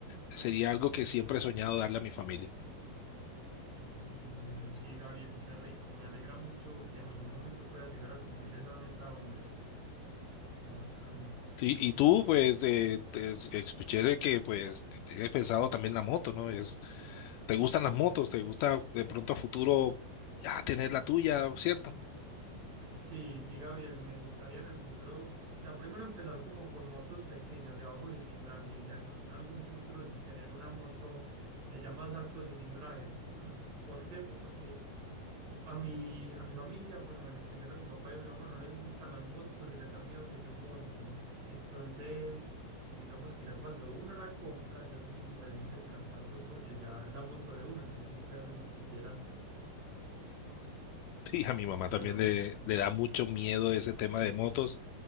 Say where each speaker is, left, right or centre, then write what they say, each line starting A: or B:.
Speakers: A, on the left; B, on the right.
A: Sería algo que siempre he soñado darle a mi familia.
B: no, bueno, sí, Gabriel, qué rico. Me alegra mucho que en algún momento puedas llegar a cumplir esa meta, hombre. Qué bacano.
A: Sí, y
B: Y
A: tú,
B: por
A: pues, eh, te- escuché de que, pues, tienes pensado también la moto, ¿no? Es- ¿te gustan las motos? ¿Te gusta de pronto a futuro ya tener la tuya, cierto? <laughs>
B: Sí, sí, Gabriel, me gustaría en el futuro, o sea, primero empezar como con motos pequeñas de bajo cilindraje y ya en algún futuro tener una moto de ya más alto cilindraje. ¿Por qué? Pues porque a mi, a mi familia, bueno, en especial a mi papá y a mi mamá no les gustan las motos y les da miedo que yo monte. Entonces, digamos que ya cuando uno la compra ya es muy diferente el cantar, pues porque ya es la moto de uno, entonces uno puede hacer lo que quiera,
A: Sí, a mi mamá
B: pero...
A: también le, le da mucho miedo ese tema de motos.